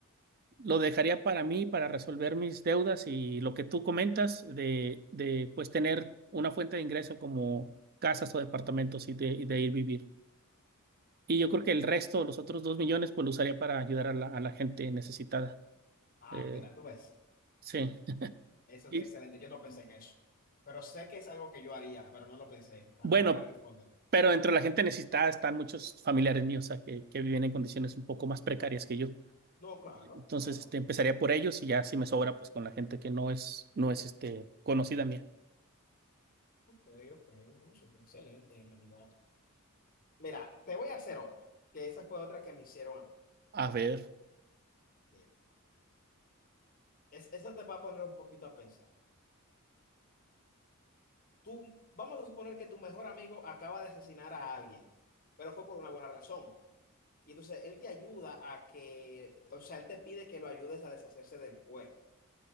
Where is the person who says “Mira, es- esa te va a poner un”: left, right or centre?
Left